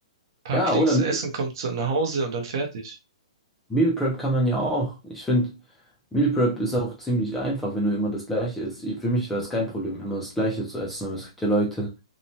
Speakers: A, on the right; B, in the centre.
A: Paar
B: ja
A: Klicks,
B: oder
A: Essen kommt zu, nach Hause und dann fertig.
B: Meal Prep kann man ja auch. Ich finde, Meal Prep ist auch ziemlich einfach, wenn du immer das Gleiche isst. Ich- Für mich war es kein Problem, immer das Gleiche zu essen, aber es gibt ja Leute,